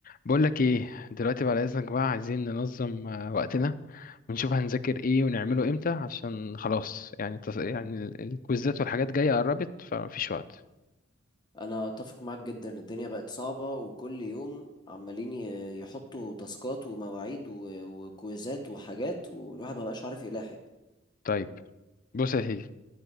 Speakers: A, on the left; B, on the left.
A: بقول لك ايه دلوقتي بعد اذنك بقى عايزين ننظم آه، وقتنا ونشوف هنذاكر ايه ونعمله امتى عشان خلاص يعني تص... يعني ال- الكويزات والحاجات جايه قربت فمفيش وقت
B: انا اتفق معاك جدا الدنيا بقت صعبة وكل يوم عمالين ي- يحطوا تاسكات ومواعيد و- وكويزات وحاجات والواحد ما بقاش عارف يلاحق
A: طيب بص يا سيدي